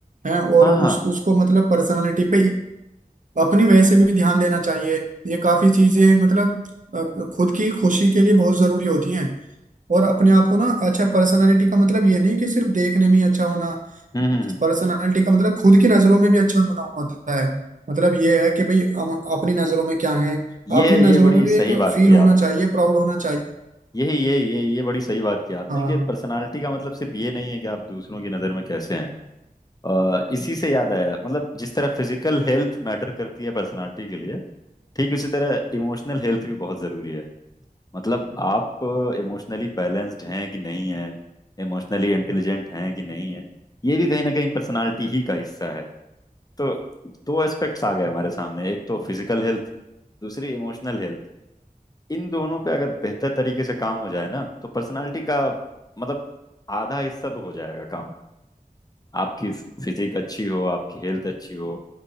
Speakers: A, on the right; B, on the left.
A: हैं और
B: हाँ
A: उस
B: हाँ
A: उसको मतलब पर्सनालिटी पे अपनी वैसे भी ध्यान देना चाहिए ये काफी चीजें मतलब अ, खुद की खुशी के लिए बहुत जरूरी होती हैं और अपने आप को ना अच्छा पर्सनालिटी का मतलब ये नहीं कि सिर्फ देखने में ही अच्छा होना
B: हम्म हम्म, हम्म।
A: पर्सनालिटी का मतलब खुद की नजरों में भी अच्छा होना होता है मतलब ये है कि भाई हम अपनी नजरों में क्या है
B: ये
A: अपनी नजरों
B: ये बड़ी
A: में भी
B: सही
A: एक
B: बात
A: फील
B: की
A: होना
B: आपने
A: चाहिए प्राउड होना चाहिए
B: यही यही ये ये बड़ी सही बात की आपने
A: हाँ
B: कि पर्सनालिटी का मतलब सिर्फ ये नहीं है कि आप दूसरों की नज़र में कैसे हैं अ, इसी से याद आया मतलब जिस तरह फिजिकल हेल्थ मैटर करती है पर्सनालिटी के लिए ठीक उसी तरह इमोशनल हेल्थ भी बहुत ज़रूरी है मतलब आप इमोशनली बैलेंस्ड हैं कि नहीं हैं इमोशनली इंटेलिजेंट हैं कि नहीं हैं ये भी कहीं ना कहीं पर्सनालिटी ही का हिस्सा है तो दो एस्पेक्ट्स आ गए हमारे सामने एक तो फिजिकल हेल्थ दूसरी इमोशनल हेल्थ इन दोनों पे अगर बेहतर तरीके से काम हो जाए ना तो पर्सनालिटी का मतलब आधा हिस्सा तो हो जाएगा काम आपकी फिजिक अच्छी हो आपकी हेल्थ अच्छी हो